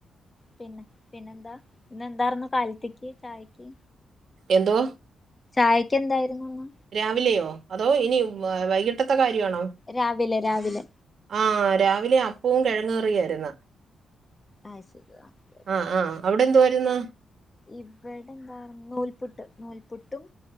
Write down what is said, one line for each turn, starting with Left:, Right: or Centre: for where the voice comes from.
Left: പിന്നെ പിന്നെന്താ ഇന്ന് എന്താർന്ന് കാലത്തേക്ക് ചായക്ക്
Right: എന്തോ
Left: ചായക്ക് എന്തായിരുന്നുന്ന്
Right: രാവിലെയോ അതോ ഇനിയും വൈകിട്ടത്തെ കാര്യണോ?
Left: രാവിലെ രാവിലെ
Right: ആഹ് രാവിലെ അപ്പോം കെഴങ്ങ് കറിആയിര്ന്ന്
Left: അയ് ശരി ഓക്കെ
Right: ആഹ് ആഹ് അവിടെ എന്തു ആയിരുന്നു
Left: ഇവിടെ എന്താ നൂൽപുട്ട് നൂൽപുട്ടും